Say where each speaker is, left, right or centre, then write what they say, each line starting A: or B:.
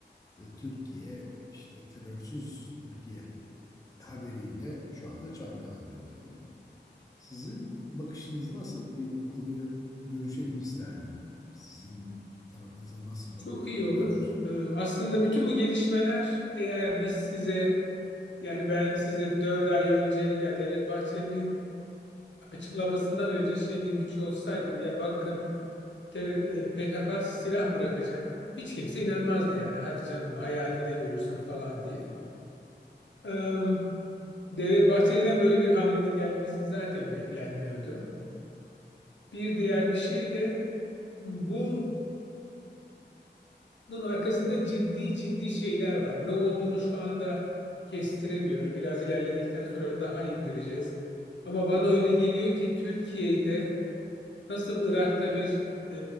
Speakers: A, on the left; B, on the left.
A: ve Türkiye işte terörsüz Türkiye haberiyle şu anda çalkalanıyor tabii. Sizin bakışınız nasıl? Bir bu konuyu görüşelim isterdim. Sizin tarafınıza nasıl bak
B: Çok iyi olur.
A: görüyorsunuz?
B: Ee, aslında bütün bu gelişmeler eğer biz size yani ben size 4 ay önce ya Devlet Bahçeli'nin açıklamasından önce şey demiş olsaydım ya bakın ter, e, PKK silah bırakacak. Hiç kimse inanmazdı yani hadi canım hayalinde görürsün falan diye. Ee, Devlet Bahçeli'den böyle bir hamlenin gelmesi zaten beklenmiyordu. Bir diğer bir şey de bu Bunun arkasında ciddi ciddi şeyler var. Ne olduğunu şu anda kestiremiyorum. Biraz ilerledikten sonra daha iyi göreceğiz. Ama bana öyle geliyor ki Türkiye'de nasıl Irak'ta bir e,